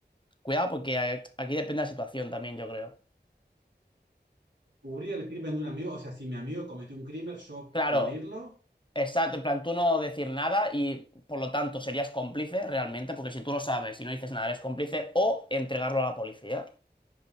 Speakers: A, on the left; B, on the right.
A: Cuidado, porque a- aquí depende de la situación también, yo creo.
B: Cubrir el crimen de un amigo, o sea, si mi amigo cometió un crimen, yo
A: Claro,
B: cubrirlo.
A: exacto. En plan, tú no decir nada y por lo tanto serías cómplice realmente, porque si tú lo sabes y no dices nada, eres cómplice, o entregarlo a la policía,